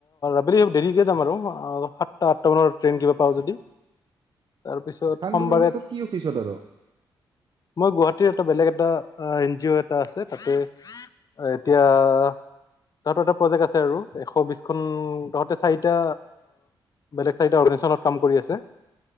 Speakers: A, on the left (about 40°); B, on the right (about 50°).
A: আবেলি দেৰিকে যাম আৰু সাতটা-আঠটামানৰ ট্ৰেইন কিবা পাওঁ যদি। তাৰপিছত
B: চানডুবি
A: সোমবাৰে
B: মানে তোৰ কি অফিচত আৰু?
A: মই গুৱাহাটীৰ এটা বেলেগ এটা অ' এনজিঅ এটা আছে তাতে, এতিয়া তাহাঁতৰ এটা প্ৰজেক্ট আছে আৰু এশবিছখন, তাহাঁতে চাৰিটা, বেলেগ চাৰিটা অৰ্গোইজেশনত কাম কৰি আছে।